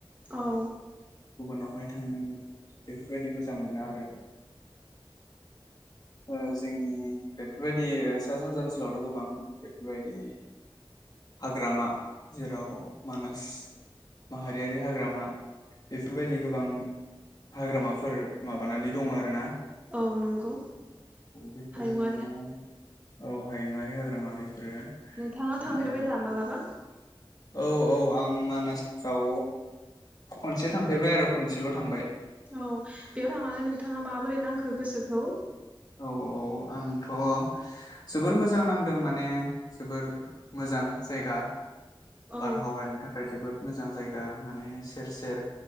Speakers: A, on the right (about 15°); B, on the left (about 45°).
A: औ
B: गुबुनावहाय थांनो बेफोरबायदि मोजां मोनो आरो ओ जोंनि बेफोरबायदि सा सानजा ओनसोलावथ' गोबां बेफोरबायदि हाग्रामा जेराव मानास माहारियारि हाग्रामा बेफोरबायदि गोबां हाग्रामाफोर माबानानै दङ आरो ना
A: औ नंगौ
B: बेफोरो
A: हायुंआ
B: माने औ हायुआारि हाग्रामा बेफोरो
A: नोंथाङा
B: माने
A: थांफेरबाय दा मालाबा
B: औ औ आं मानासाव खनसे थांफेरबाय आरो खनसेल' थांबाय।
A: औ बेयाव थांनानै नोंथाङा माबोरै नांखो गोसोखौ?
B: औ औ आंथ' जोबोर मोजां नांदों माने जोबोर मोजां जायगा।
A: औ
B: बारहावानि थाखाय जोबोद मोजां जाय गा माने सेर सेर